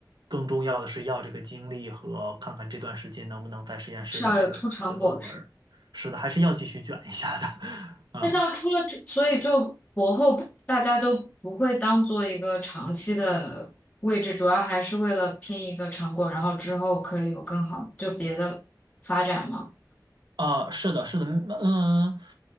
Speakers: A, on the right; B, on the left.
A: 更重要的是要这个精力和看看这段时间能不能在实验室里接着写论文儿是的，
B: 是要有出成果是吧？
A: 还是要继续卷一下的，<laughs> 嗯
B: 那像出了这，所以就博后大家都不会当做一个长期的位置，主要还是为了拼一个成果，然后之后可以有更好就别的发展吗？
A: 啊，是的，是的，嗯，呃